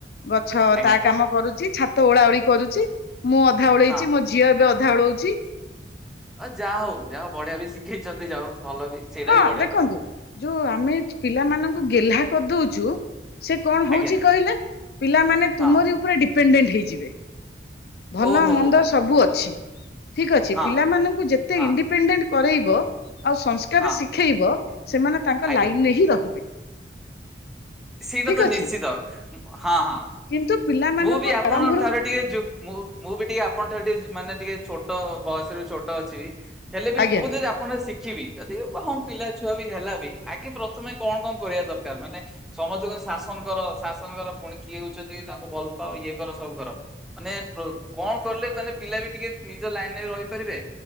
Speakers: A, on the left; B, in the centre.
A: ଗଛ
B: ଆଜ୍ଞା
A: ତା କାମ କରୁଛି ଛା ତ ଓଳାଓଳି କରୁଛି ମୁଁ ଅଧା ଉଳେଇଛି
B: ହଁ
A: ମୋ ଝିଅ ଏବେ ଅଧା ଓଲୋଉଛି।
B: ଅ ଯାହା ହଉ ଯାହା ବଢିଆ ବି ଶିଖେଇଛନ୍ତି ଯାଉ ଭଲ ବି। ସେଇଟା
A: ହଁ
B: ବି ବଢିଆ
A: ଦେଖନ୍ତୁ
B: ପୁରା
A: ଯୋଉ ଆମେ ପିଲାମାନଙ୍କୁ ଗେହ୍ଲା କରିଦଉଛୁ। ସେ କଣ ହଉଛି
B: ଆଜ୍ଞା ଆଜ୍ଞା
A: କହିଲେ ପିଲାମାନେ
B: ହଁ
A: ତୁମରି ଉପରେ ଡିପେଣ୍ଡେଣ୍ଟ ହେଇଯିବେ। ଭଲ
B: ଓହୋ
A: ମନ୍ଦ
B: ହୋ ହୋ
A: ସବୁ
B: ହୋ
A: ଅଛି ଠିକ ଅଛି
B: ହଁ
A: ପିଲାମାନଙ୍କୁ ଯେତେ
B: ହଁ
A: ଇଣ୍ଡିପେଣ୍ଡେଣ୍ଟ କରେଇବ ଆଉ ସଂସ୍କାର
B: ହଁ
A: ଶିଖେଇବ ସେମାନେ ତାଙ୍କ
B: ଆଜ୍ଞା
A: ଲାଇନରେ ହିଁ ରହିବେ।
B: ସେଇଟା
A: ଠିକ
B: ତ
A: ଅଛି
B: ନିଶ୍ଚିତ ହଁ ହଁ
A: କିନ୍ତୁ ପିଲାମାନଙ୍କୁ
B: ମୁଁ ବି ଆପଣଙ୍କ
A: ଆରମ୍ଭରୁ
B: ଠାରୁ ଟିକେ ଯୁ ମୁଁ ମୁଁ ବି ଟିକେ ଆପଣ ଠାରୁ ଟିକେ ମାନେ ଟିକେ ଛୋଟ ବୟସରେ ଛୋଟ ଅଛିି ବି ହେଲେ ବି
A: ଆଜ୍ଞା
B: ମୁଁ ଯଦି ଆ କେ ଶିଖିବି ଯଦି ହଁ ପିଲା ଛୁଆ ବି ହେଲା ବି ଆଗେ ପ୍ରଥମେ କଣ କଣ କରିବା ଦରକାର ମାନେ ସମସ୍ତେ କ ଶାସନ କର ଶାସନ କର ପୁଣି କିଏ କହୁଛନ୍ତି ତାଙ୍କୁ ଭଲ ପାଅ ଇଏ କର ସବୁ କର। ମାନେ କଣ କରିଲେ ମାନେ ପିଲା ବି ଟିକେ ନିଜ ଲାଇନରେ ରହିପାରିବେ